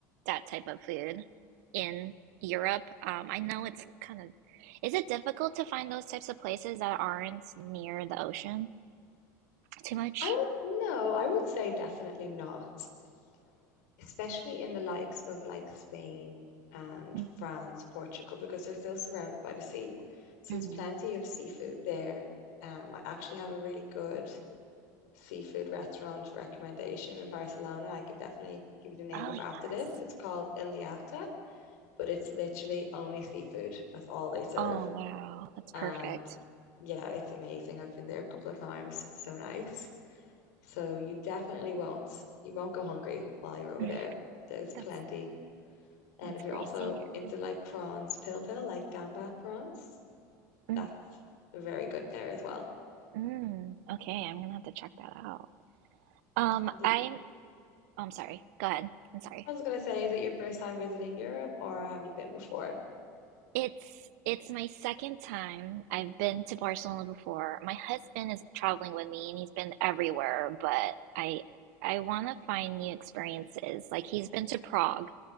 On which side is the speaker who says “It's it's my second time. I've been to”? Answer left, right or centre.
Right